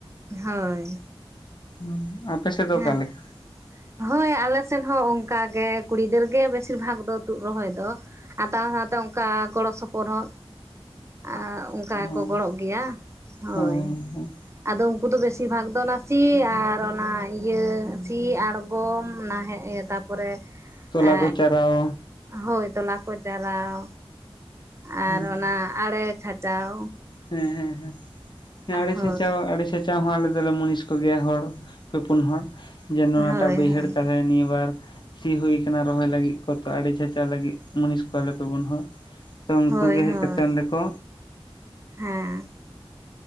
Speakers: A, on the right; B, on the left.
A: ᱦᱳᱭ
B: ᱦᱩᱸ ᱟᱯᱮ ᱥᱮᱫ ᱫᱚ
A: ᱦᱮᱸ
B: ᱚᱠᱟ ᱞᱮᱠᱟ
A: ᱦᱳᱭ ᱟᱞᱮ ᱥᱮᱫ ᱦᱚᱸ ᱚᱱᱠᱟᱜᱮ ᱠᱩᱲᱤ ᱜᱤᱫᱽᱨᱟᱹ ᱜᱮ ᱵᱮᱥᱤᱨ ᱵᱷᱟᱜ ᱫᱚ ᱛᱩᱫ ᱨᱚᱦᱚᱭ ᱫᱚ ᱟᱫᱟ ᱦᱟᱸᱜ ᱫᱚ ᱚᱱᱠᱟ ᱜᱚᱲᱚ ᱥᱚᱯᱚᱫ ᱦᱚᱸ ᱟᱨ ᱚᱱᱠᱟ
B: ᱦᱮᱸ
A: ᱜᱮ ᱠᱚ ᱜᱚᱲᱚᱜ ᱜᱮᱭᱟ ᱦᱳᱭ
B: ᱦᱮᱸ ᱦᱮᱸ
A: ᱟᱫᱚ ᱩᱱᱠᱩ ᱫᱚ ᱵᱮᱥᱤᱨ ᱵᱷᱟᱜ ᱫᱚ ᱚᱱᱟ ᱥᱤ ᱟᱨ ᱚᱱᱟ ᱤᱭᱟᱹ ᱥᱤ ᱟᱬᱜᱚᱢ ᱱᱟ ᱛᱟᱨᱯᱚᱨᱮ
B: ᱛᱚᱞᱟ
A: ᱮ
B: ᱠᱚ ᱪᱟᱨᱟᱣ
A: ᱦᱳᱭ ᱛᱚᱞᱟ ᱠᱚ ᱡᱟᱨᱟᱣ ᱟᱨ
B: ᱦᱮᱸ ᱦᱮᱸ
A: ᱚᱱᱟ ᱟᱲᱮ ᱠᱷᱟᱪᱟᱣ
B: ᱦᱮᱸ ᱦᱮᱸ ᱦᱮᱸ ᱟᱲᱮ
A: ᱦᱳᱭ
B: ᱠᱷᱟᱪᱟᱣ ᱟᱲᱮ ᱠᱷᱟᱪ ᱦᱚᱸ ᱟᱞᱮ ᱫᱚᱞᱮ ᱢᱩᱱᱤᱥ ᱠᱚ ᱜᱮᱭᱟ ᱦᱚᱲ ᱯᱮ ᱯᱩᱱ ᱦᱚᱲ ᱡᱮ ᱱᱚᱣᱟ
A: ᱦᱳᱭ
B: ᱴᱟᱜ ᱵᱟᱹᱭᱦᱟᱹᱲ
A: ᱦᱳᱭ
B: ᱛᱟᱦᱚᱞᱮ ᱱᱤᱭᱟᱹ ᱵᱟᱨ ᱥᱤ ᱦᱩᱭ ᱠᱟᱱᱟ ᱨᱚᱦᱚᱭ ᱞᱟᱹᱜᱤᱫ ᱠᱚ ᱛᱚ ᱟᱲᱮ ᱪᱷᱟᱪᱟᱣ ᱞᱟᱹᱜᱤᱫ ᱢᱩᱱᱤᱥ ᱠᱚ ᱟᱞᱮ ᱯᱮ ᱯᱩᱱ ᱦᱚᱲ ᱛᱚ ᱩᱱᱠᱩ
A: ᱦᱳᱭ
B: ᱜᱮ ᱦᱮᱡ
A: ᱦᱳᱭ
B: ᱠᱟᱛᱮᱜ ᱚᱸᱰᱮ ᱠᱚ
A: ᱦᱮᱸ